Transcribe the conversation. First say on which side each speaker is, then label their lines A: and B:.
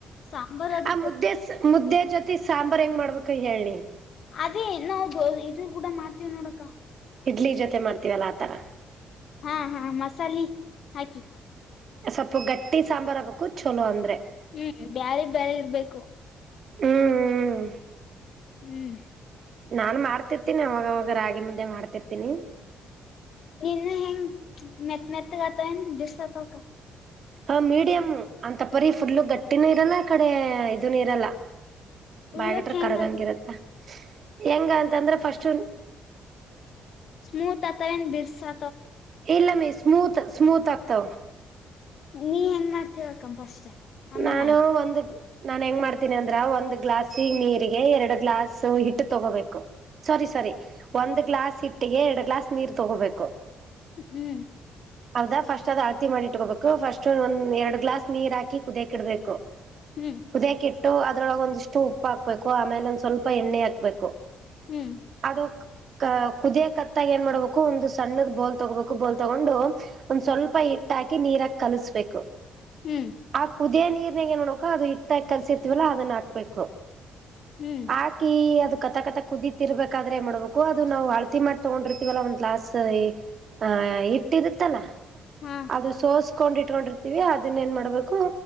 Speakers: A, on the left; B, on the right.
A: ಸಾಂಬಾರ್ ಅದು
B: ಆ ಮುದ್ದೆ ಮುದ್ದೆ ಜೊತಿ ಸಾಂಬಾರ್ ಹೆಂಗ್ ಮಾಡ್ಬೇಕ ಹೇಳಿ
A: ಅದೇ ನಾವು ಇದು ಕೂಡ ಮಾಡ್ತೀವ ನೋಡಕ್ಕ
B: ಇಡ್ಲಿ ಜೊತೆ ಮಾಡ್ತೀವಲ್ಲ ಆತರ
A: ಹಾ ಹಾ ಮಸಾಲೆ ಹಾಕಿ
B: ಸ್ವಲ್ಪ ಗಟ್ಟಿ ಸಾಂಬಾರ್ ಆಗ್ಬೇಕು ಚಲೋ ಅಂದ್ರೆ
A: ಹ್ಮ್ ಬ್ಯಾರಿ ಬಳೆ ಇರ್ಬೇಕು
B: ಹ್ಮ್ ಹ್ಮ್
A: ಹ್ಮ್
B: ನಾನ್ ಮಾಡ್ತಿರ್ತೀನಿ ಅವಾಗವಾಗ ರಾಗಿ ಮುದ್ದೆ ಮಾಡ್ತಿರ್ತೀನಿ
A: ಹನು ಹಿಂಗ ಮೆತ್ ಮೆತ್ತಗತ ಏನ್ ಬಿಸ್ತತಕ್ಕ
B: ಹ ಮೀಡಿಯಮ್ಮು ಅಂತ ಪರಿೀ ಫುಲ್ಲು ಗಟ್ಟಿನೂ ಇರಲ್ಲ ಕಡೆ ಇದನು ಇರಲ್ಲ
A: ಉಳ್ಳಕ್
B: ಬಾಯಗಟ್ರ
A: ಹೆಂಗ
B: ಕರಗಂಗಿರತ್ತ ಹೆಂಗ ಅಂತಂದ್ರೆ ಫಸ್ಟ್
A: ಸ್ಮೂತ್ತನ್ ಹತವ ಏನು ಬಿರ್ಸಾ
B: ಇಲ್ಲ ಮೇ ಸ್ಮೂತ್ ಸ್ಮೂತ್ ಆಗ್ತಾವ
A: ನೀ ಏನ್ ಮಾಡ್ತೀವ ಅಕ್ಕ ಫಸ್ಟ್ ಆಮೇಲೆ
B: ನಾನು
A: ನಾ ಹೇಳ್ತೇನ್
B: ಒಂದು ನಾನ್ ಹೆಂಗ್ ಮಾಡ್ತೀನಿ ಅಂದ್ರ ಒಂದ್ ಗ್ಲಾಸ್ ನೀರಿಗೆ ಎರಡು ಗ್ಲಾಸ್ ಹಿಟ್ಟು ತಗೋಬೇಕು ಸಾರಿ ಸಾರಿ ಒಂದ್ ಗ್ಲಾಸ್ ಹಿಟ್ಟಿಗೆ ಎರಡು ಗ್ಲಾಸ್ ನೀರ್ ತಗೋಬೇಕು
A: ಹ್ಮ್
B: ಹೌದಾ ಫಸ್ಟ್ ಅಳ್ತಿ ಮಾಡಿ ಇಟ್ಕೋಬೇಕು ಫಸ್ಟ್ ಒಂದ್ ಎರಡ್ ಗ್ಲಾಸ್ ನೀರ್ ಹಾಕಿ ಕುದಿಯಕ್ಕೆ ಇಡ್ಬೇಕು.
A: ಹ್ಮ್
B: ಕುದಿಯಕಿ ಇಟ್ಟು ಅದ್ರೊಳಗ ಒಂದಿಷ್ಟು ಉಪ್ಪು ಹಾಕ್ಬೇಕು ಆಮೇಲೆ ಒಂದ್ ಸ್ವಲ್ಪ ಎಣ್ಣೆ ಹಾಕ್ಬೇಕು
A: ಹ್ಮ್
B: ಅದು ಕು ಕ ಕುದಿಯ ಕತ್ತಾಗ ಏನ್ ಮಾಡ್ಬೇಕು ಒಂದು ಸಣ್ಣದ ಬೋಲ್ ತಗೋಬೇಕು ಬೋಲ್ ತೊಗೊಂಡು ಒಂದ್ ಸ್ವಲ್ಪ ಟ್ಟಾಕಿ ನೀರಕ್ ಕಲಿಸ್ಬೇಕು.
A: ಹ್ಮ್
B: ಆ ಕುದಿಯ ನೀರ್ನಾಗ ಏನ್ಮಾಡಕನ ಅದು ಹಟ್ಟಾಗಿ ಕಲ್ಸಿರ್ತಿವಲ್ಲ ಅದನ್ನ ಹಾಕ್ಬೇಕು.
A: ಹ್ಮ್
B: ಹಾಕಿ ಅದ ಕ ಕತಕತ ಕುದಿತಿ ಇರ್ಬೇಕಾದ್ರೆ ಮಾಡ್ಬೇಕು ಅದು ನಾವು ಅಳತಿ ಮಾಡಿ ತೊಗೊಂಡಿರ್ತತಿವಲ್ಲ ಒಂದ್ ಗ್ಲಾಸ್ ಹಾ ಇ ಇಟ್ಟ ಇರುತ್ತಲ್ಲ
A: ಹಾ
B: ಅದು ಸೋಸ್ಕೊಂಡ್ ಇಟ್ಕೊಂಡಿರ್ತೀವಿ ಅದನ್ನ ಏನ್ ಮಾಡ್ಬೇಕು